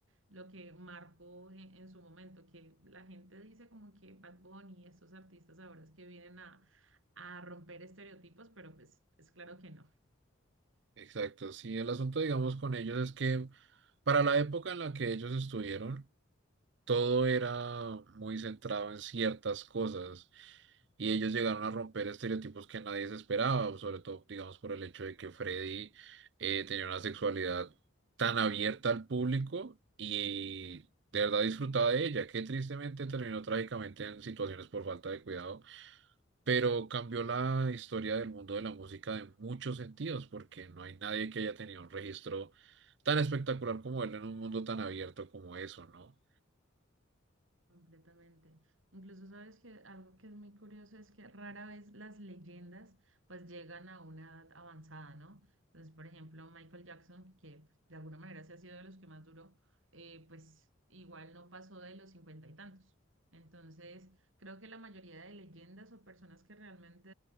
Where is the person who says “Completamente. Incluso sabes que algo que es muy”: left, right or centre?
Right